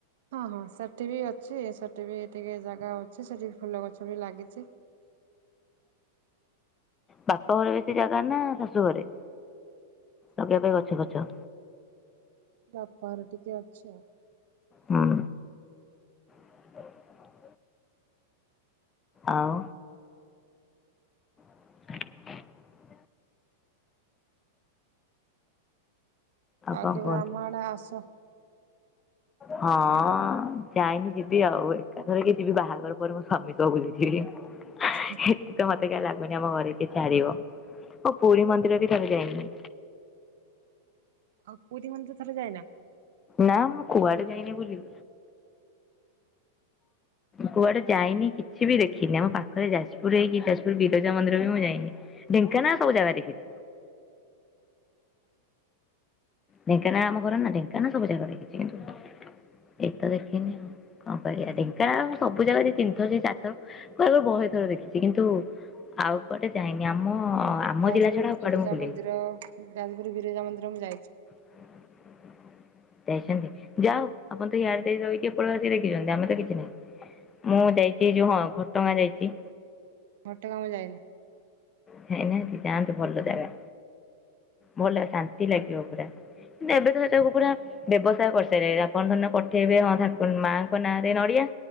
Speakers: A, on the right (about 65°); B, on the left (about 20°).
A: ହଁ ହଁ ସେଠି ବି ଅଛି ସେଠି ବି ଟିକେ ଜାଗା ଅଛି ସେଠି ଫୁଲ ଗଛ ବି ଲାଗିଚି।
B: ବାପ ଘରେ ବେଶୀ ଜାଗା ନା ଶାଶୁ ଘରେ ଲଗେଇବା ପାଇଁ ଗଛ ଫଛ।
A: ବାପା ଘରେ ଟିକେ ଅଛି ଆଉ।
B: ହଁ। <unintelligible> ଆଉ <unintelligible>
A: ଆଉ
B: କଣ
A: କେବେ
B: କୁହନ୍ତୁ?
A: ଆମ ଆଡେ ଆସ।
B: ହଁ ଯାଇନି ଯିବି ଆଉ ଏକାଥରେ କି ଯିବି ବାହାଘର ପରେ ମୁଁ ସ୍ୱାମୀ ସହ ବୁଲି ଯିବି। <unintelligible>
A: <unintelligible>
B: ଏତ ତ ମତେ କାଇ ଲାଗୁନି ଆମ ଘରେ କିଏ ଛାଡିବ ଓ ପୁରୀ ମନ୍ଦିର ବି କେବେ ଯାଇନି।
A: ଆଉ ପୁରୀ ମନ୍ଦିର ଥରେ ଯାଇନା।
B: ନା ମୁଁ କୁଆଡେ ଯାଇନି ବୁଲି। କୁଆଡେ ଯାଇନି କିଛି ବି ଦେଖିନି ଆମ ପାଖରେ ଯାଜପୁର ହେଇକି ଯାଜପୁର ବିରଜା ମନ୍ଦିର ବି ମୁଁ ଯାଇନି। ଢେଙ୍କାନା ସବୁ ଜାଗା ଦେଖିଚି। ଢେଙ୍କାନା ଆମ ଘର ନା ଢେଙ୍କାନା ସବୁ ଜାଗା ଦେଖିଛି କିନ୍ତୁ ଏଇତ ତ ଦେଖିନି। କଣ କରିବା ଢେଙ୍କାନଳ ସବୁ ଜାଗା ଦି ତିନିଥର ଯାଇ ଚାର ଥର କୁ ଆକୁ ବହିଥର ଦେଖିଛି କିନ୍ତୁ ଆଉ କୁଆଡେ ଯାଇନି ଆମ ଆମ
A: ଯାଜପୁର
B: ଜିଲ୍ଲା ଛଡା ଆଉ
A: ବିରଜା
B: କୁଆଡେ ମୁଁ ବୁଲିିଲି।
A: ମନ୍ଦିର ଯାଜପୁର ବିରଜା ମନ୍ଦିର ମୁଁ ଯାଇଚି।
B: <unintelligible> ଯାଅଉ ଆପଣ ତ ୟାର ରଇକି କେପଳ ଆସିକି ଦେଖିଛନ୍ତି ଆମେ ତ କିଛି ନାଇ। ମୁଁ ଯାଇଚି ଯୋଉ ହଁ ଘଟଗା ଯାଇଚି।
A: ଘଟଗାଁ ମୁଁ ଯାଇନି।
B: ଯାଇ ନାହାନ୍ତି ଯାନ୍ତୁ ଭଲ ଜାଗା। ଭଲ ଶାନ୍ତି ଲାଗିବ ପୁରା କିନ୍ତୁ ଏବେ ତ ସେସବୁ ପୁରା ବ୍ୟବସାୟ କରିସାରିଲେ ଆପଣ ଧରି ନିଅ ପଠେଇବେ ହଁ ମାଙ୍କ ନାଁରେ ନଡିଆ